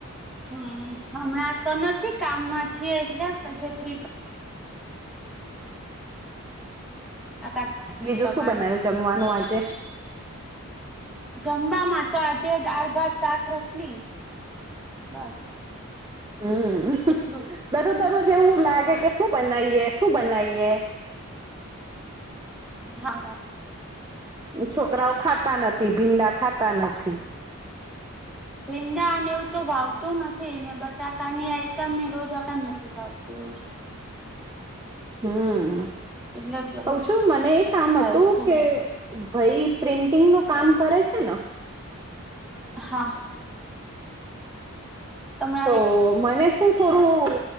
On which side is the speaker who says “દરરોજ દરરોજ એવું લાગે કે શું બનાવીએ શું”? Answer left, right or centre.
Right